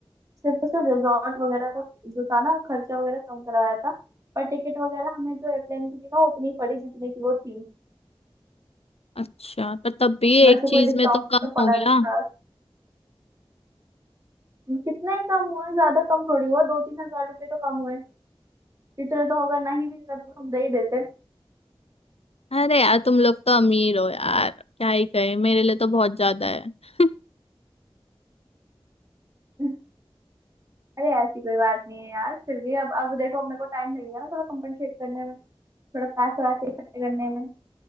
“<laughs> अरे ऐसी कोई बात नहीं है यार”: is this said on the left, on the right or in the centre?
Right